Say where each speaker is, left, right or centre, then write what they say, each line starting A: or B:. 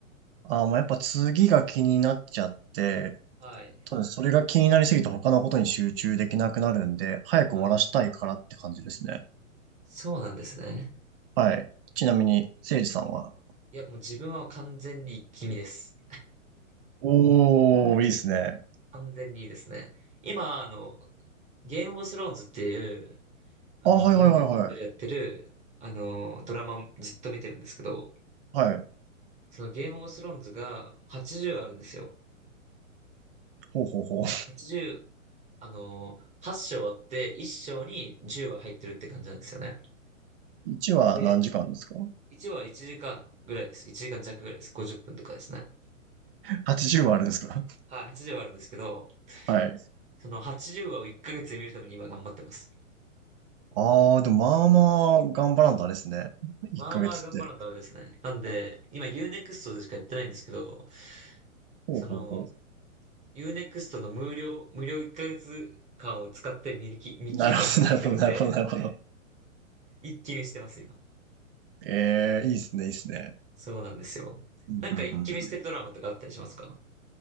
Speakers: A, on the right (about 45°); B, on the right (about 15°).
A: あー、もうやっぱ次が気になっちゃって、
B: はい。
A: ただそれが気になりすぎて他のことに集中できなくなるんで、早く終わらしたいからって感じですね。
B: はい。そうなんですね。
A: はい。ちなみに、せいじさんは
B: いや、もう自分は完全に一気見です。
A: おー、いいですね。
B: 完全にいいですね。今、あの、ゲームオブスローンズっていう、あの、
A: あ、はいはいはいはい。
B: ユーネクストでやってる、あの、ドラマずっと見てるんですけど、
A: はい。
B: そのゲームオブスローンズが80あるんですよ。
A: ほうほうほう。
B: 80、あの、8章あって1章に10は入ってるって感じなんですよね。
A: <laughs> 1は何時間ですか
B: で、1話は1時間ぐらいです。1時間弱ぐらいです。50分とかですね。
A: ?80 話あるんですか
B: はい、80はあるんですけど、
A: はい。
B: その80話を1ヶ月で見るために今頑張ってます。
A: あー、でもまあまあ頑張らんとあれですね。1ヶ月って。
B: まあまあ頑張らんとあれですね。なんで、今ユーネクストでしかやってないんですけど、
A: ほうほうほう。
B: その、ユーネクストの無料、無料1ヶ月間を使って見切見切ろうと思ってるんで、
A: なるほど、なるほど、なるほど、なるほど。
B: 一気見してます、今。
A: <laughs> ええいいっすね、いいっすね。
B: そうなんですよ。
A: うんうんうんうん
B: なんか一気見してるドラマとかあったりしますか